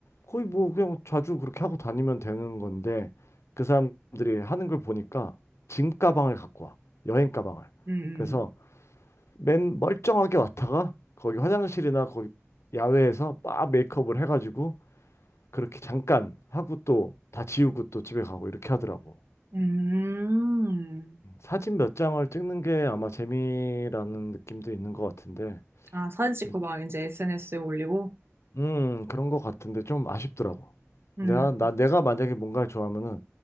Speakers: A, on the left (about 75°); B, on the right (about 55°).
A: 거의 뭐 그냥 자주 그렇게 하고 다니면 되는 건데 그 사람들이 하는 걸 보니까 짐 가방을 갖고 와. 여행 가방을.
B: 음,
A: 그래서 맨 멀쩡하게 왔다가 거기 화장실이나 거기 야외에서 막 메이크업을 해가지고 그렇게 잠깐 하고 또 다 지우고 또 집에 가고 이렇게 하더라고.
B: 음, 음.
A: 사진 몇 장을 찍는 게 아마 재미라는 느낌도 있는 것 같은데
B: 아, 사진 찍고
A: 근데
B: 막 이제 SNS에 올리고?
A: 음, 그런 것 같은데 좀 아쉽더라고.
B: 음,
A: 내가, 나, 내가 만약에 뭔가를 좋아하면은